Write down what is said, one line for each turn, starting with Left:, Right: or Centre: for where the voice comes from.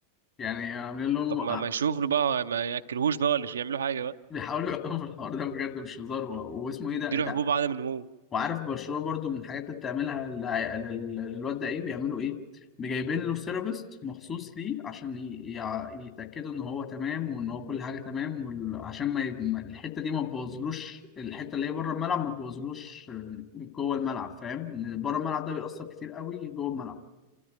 Left: يعني عاملين له
Right: طب ما ما يشوف له بقى ما ياكلهوش بقى ولا يعملوا حاجة بقى
Left: بيحاولوا يوقفوا الحوار ده بجد مش هزار و- واسمه
Right: يديله
Left: ايه ده انت
Right: حبوب عدم النمو
Left: وعارف برشلونة برضو من الحاجات اللي بتعملها للع- لل- للواد ده ايه بيعملوا ايه جايبين له سيرابيست مخصوص ليه عشان ي- يع- يتأكدوا ان هو تمام وان هو كل حاجة تمام وال- عشان ما ي- ما- الحتة دي ما تبوظلوش الحتة اللي هي بره الملعب ما تبوظلوش جوه الملعب فاهم إن بره الملعب ده بيأثر كتير قوي جوه الملعب